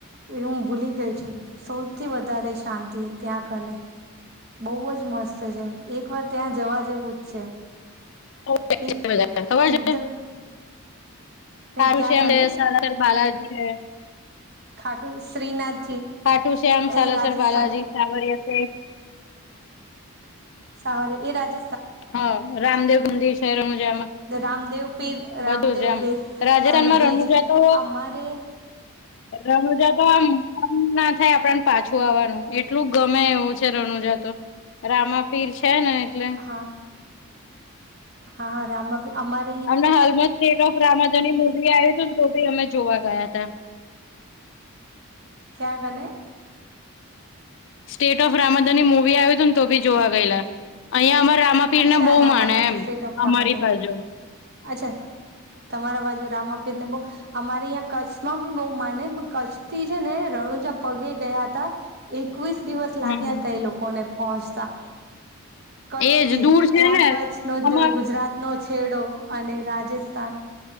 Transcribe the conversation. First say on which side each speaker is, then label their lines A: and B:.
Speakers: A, on the right; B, on the left.
A: એ હું ભૂલી ગઈ છું સૌથી વધારે શાંતિ ત્યાં કને. બહુ જ મસ્ત છે એક વાર ત્યાં જવા જેવું જ છે.
B: ઓ <unintelligible>
A: એ
B: ખબર
A: એકદમ
B: છે. સારું
A: ક્યાં
B: છે <unintelligible>
A: કને
B: બાલાજી.
A: ખાટુ શ્રીનાથજી.
B: પાાટુ શ્યામ, સાલાસર
A: એ રાજસ્થાન
B: બાલાજી, સાવરિયા શેઠ.
A: સાવર એ રાજસ
B: હા રામદેવ મંદિર છે રણુંજામાં.
A: રામદેવ પીર
B: બધું
A: રામદેવ
B: છે એમ
A: પીર
B: રાજસ્થાનમાં
A: હર બીજ
B: રણુજા તો
A: અમારે
B: રણુજા તો આમ આમ ના થાય આપણને પાછું આવવાનું એટલું ગમે એવું છે રણુજા તો. રામા પીર છે ને એટલે.
A: હા હા રામા પી અમાર
B: અમને હાલમાં સ્ટેટ ઓફ રામાધની મુવી આયુ તું ને તો ભી અમે જોવા ગયા હતા.
A: ક્યાં કને.
B: સ્ટેટ ઓફ રામઘની મુવી આવ્યું હતું ને તો બી જોવા ગયેલા. અહિયાં અમા રામાપીરને
A: અચ્છા
B: બહુ
A: રામાદાન
B: માને એમ
A: સ્ટેટ ઓફ
B: અમારી
A: રામાદાન
B: બાજુ.
A: અચ્છા તમારા બાજુ રામપીર ને બહુ. અમારે અહિયા કચ્છમાં બી બહુ માને પણ કચ્છ થી છે ને રણુજા પગે ગયા હતા. એકવીસ દિવસ લાગ્યા
B: હમ
A: હતા એ લોકોને પહોંચતા. કચ્છ
B: એજ
A: થી
B: દૂર છે
A: ક્યાં
B: ને
A: કચ્છ નો
B: અમાર
A: જ ગુજરાત નો છેડો અને રાજસ્થાન